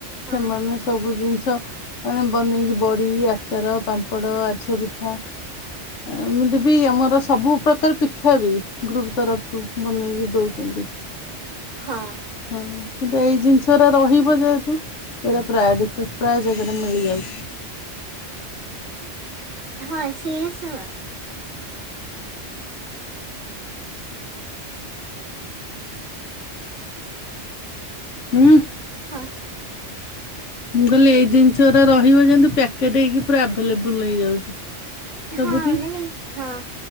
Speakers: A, on the left; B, on the right.
A: ସେମାନେ
B: ହଁ
A: ସବୁ ଜିନିଷ ମାନେ ବନେଇକି ବଡି ଆଚାର ପାମ୍ପଡ ଆରିସା ପିଠା ଆ ଏମିତି ବିି ଆମର ସବୁ ପ୍ରକାର ପିଠା ବି ଗ୍ରୁପ୍ ତରଫ ରୁ ବନେଇକି ଦଉଚନ୍ତି।
B: ହଁ।
A: ହଁ କିନ୍ତୁ ଏଇ ଜିନିଷରା ରହିବ ଯେହେତୁ ଏଇରା ପ୍ରାୟ ଦେଖୁଚ୍ ପ୍ରାୟ ଜେଗାରେ ମିଳିଯାଉ
B: ହଁ ସିରିଏସ୍ ହୁଅ।
A: ହୁଁ।
B: ହାଁ।
A: ମୁଁ କହିଲି ଏଇ ଜିନିଷରା ରହିବ ଯେମତି ପ୍ୟାକେଟ୍ ହେଇକି ପୁରା ଆଭେଲେବୁଲ୍ ହେଇଯାଉଛି। ସବୁଠି
B: ହଁ <unintelligible> ହଁ